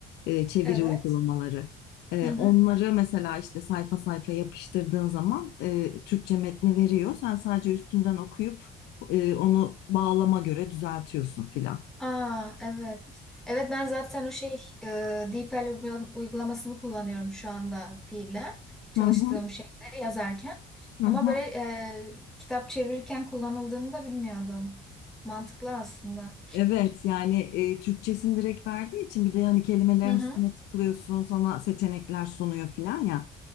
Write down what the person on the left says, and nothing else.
e, çeviri
uygulamaları. E,
onları mesela işte sayfa sayfa yapıştırdığın zaman e, Türkçe metni veriyor. Sen sadece üstünden okuyup e, onu bağlama göre düzeltiyorsun filan.
Hı hı,
hı
hı.
Evet yani e, Türkçesini direkt verdiği için bir de yani kelimelerin
üstüne tıklıyorsun sana seçenekler sunuyor filan ya.